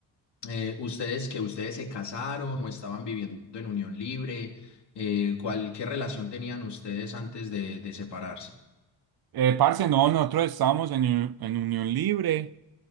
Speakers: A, on the left; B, on the right.
A: eh, ustedes que ustedes se casaron o estaban viviendo en unión libre, eh, ¿cuál, qué relación tenían ustedes antes de de separarse?
B: Eh, parce, no, nosotros estábamos en, Uni- en Unión Libre.